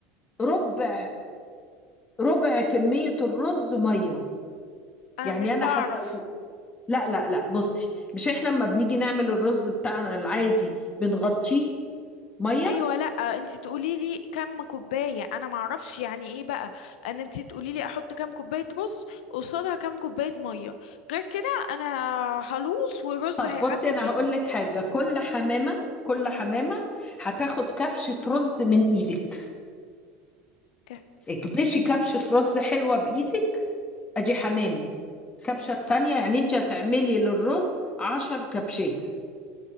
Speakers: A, on the left; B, on the left.
A: ربع ربع كميه الرز ميه
B: انا
A: يعني
B: مش
A: انا
B: بعرف
A: هسويه لا لا لا بصي مش احنا لما بنيجي نعمل الرز بتاعنا العادي بنغطيه ميه
B: ايوه لا انت تقولي لي كم كوبايه انا ما اعرفش يعني ايه بقى ان انت تقولي لي احط كم كوبايه رز قصادها كم كوبايه ميه غير كده انا هلوص والرز
A: طب
B: هيعجب
A: بصي انا
B: مني
A: هقول لك حاجه كل حمامه كل حمامه هتاخد كبشه رز من ايدك
B: ك-
A: اكبشي كبشة رز حلوة بإيدك أدي حمامة الكبشة التانية يعني أنت هتعملي للرز عشر كبشات